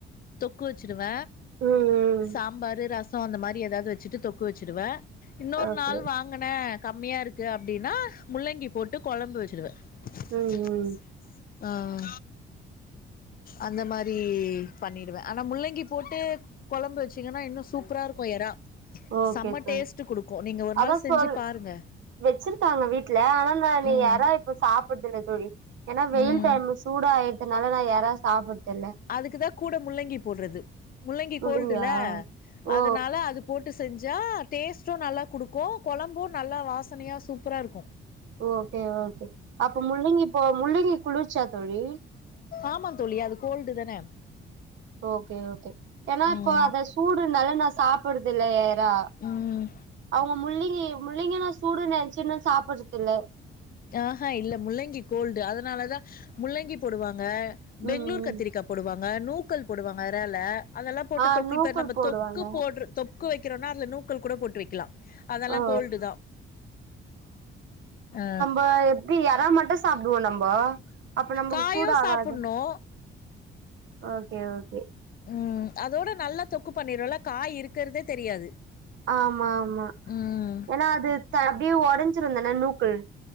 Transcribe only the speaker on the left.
தொக்கு வச்சுருவ
சாம்பாரு ரசம் அந்த மாரி ஏதாவது வச்சுட்டு தொக்கு வச்சிடுவ இன்னொரு
நாள் வாங் குன கம்மியா இருக்கு அப்டின்னா முள்ளங்கி போட்டு கொழம்பு வச்சிடுவ
சேரி சேரி ஆ அந்த மாரி பண்ணிடுவ ஆனா முள்ளங்கி போட்டு கொழம்பு வச்சிங்கன்னா இன்னும் சூப்பரா இருக்கும் எறா
செம்ம
டேஸ்ட் குடுக்கும் நீங்க ஒரு
நாள் செஞ்சு
பாருங்க
ம்
ம்
அதுக்குதா கூட முள்ளங்கி போட்றது முள்ளங்கி
கோல்டுல
அதனால அது போட்டு செஞ்சா டேஸ்ட்டும் நல்லா குடுக்கும் கொழம்பும் நல்லா வாசனையா சூப்பரா இருக்கும்
ஆமா தோழி அது கோல்டு தானே
ம்
ம்
ஆஹா இல்ல முள்ளங்கி கோல்டு அதனாலதா முள்ளங்கி போடுவாங்க பெங்களூர்
கத்திரக்கா போடுவாங்க நூக்கல் போடுவாங்க எறால அதெல்லாம் போட்டு
தொக்கு
இப்ப நம்ம
தொக்கு போடுற தொக்கு வைக்கிறோனா அதுல நூக்கல் கூட போட்டு வைக்கலாம் அதெல்லாம்
கோல்டு தா ஆ
காயோ
சாப்புட்ணு
உம் அதோட நல்லா தொக்கு பண்ணிரோல காய் இருக்குறதே தெரியாது
ம்